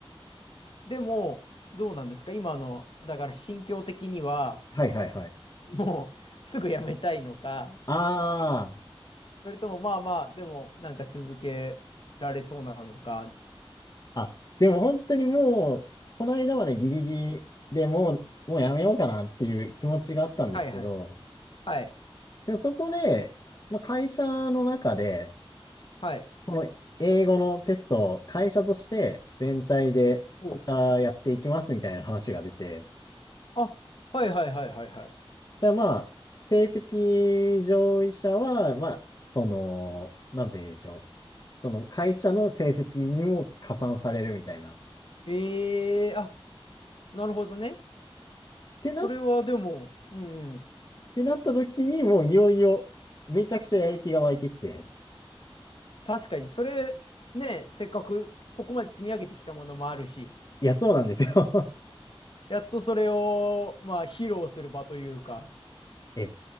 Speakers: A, on the left; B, on the left.
A: でも、どうなんですか今の、だから心境的には、
B: はいはいはい。
A: もうすぐやめたいのか、
B: あ
A: それともまあまあ、でもなんか続けられそうなのか。
B: あ、あ、でも本当にもう、この間までギリギリでもう、もうやめようかなっていう気持ちがあったんですけど、
A: はいはい。はい。
B: でもそこで、まあ、会社の中で、
A: はい。
B: この英語のテストを会社として全体でこれからやっていきますみたいな話が出て、
A: お。あ、はいはいはいはいはい。
B: ただまあ、成績上位者は、まあ、その、なんて言うんでしょう。その会社の成績にも加算されるみたいな。っ
A: ええー、あ、なるほどね。
B: てな、
A: それはでも、
B: っ
A: うんうん。
B: てなった時にもういよいよめちゃくちゃやる気が湧いてきて。
A: 確かに、それ、ね、せっかくここまで積み上げてきたものもあるし、
B: いや、そうなんですよ
A: やっとそれを、まあ、披露する場というか、
B: <laughs> え、